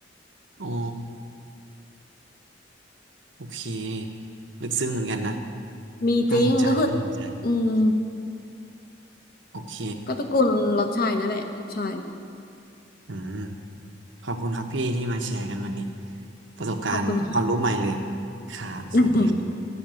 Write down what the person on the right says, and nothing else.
อ๋อโอเคลึกซึ้งเหมือนกันนะ
น่าสนใจน่าสนใจ
โอเค
อืม ขอบคุณครับพี่ที่มาแชร์กันวันนี้ประสบการณ์ความรู้ใหม่เลย
ครับสวัสดีครับ